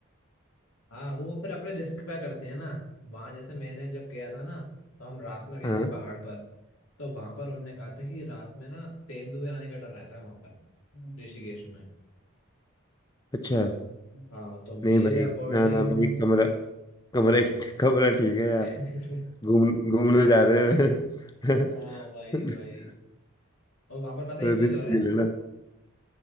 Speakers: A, on the left; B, on the left.
A: हाँ वो फिर अपने रिस्क पे करते हैं ना वहां जैसे मैंने जब गया था ना तो हम रात में गए
B: हाँ
A: थे पहाड़ पर तो वहां पर उन्होंने कहा था कि रात में ना तेंदुए आने का डर रहता है वहां पर ऋषिकेश में
B: अच्छा
A: हाँ तो
B: नहीं
A: मेरे
B: भाई
A: अकॉर्डिंग
B: ना ना भाई कमरा कमरा कमरा ठीक है यार
A: <laughs>
B: घूम घूमने जा रहे हैं
A: हाँ भाई भाई
B: <laughs>
A: और वहां पर पता है
B: रिस्क
A: एक चीज और है
B: भी लेना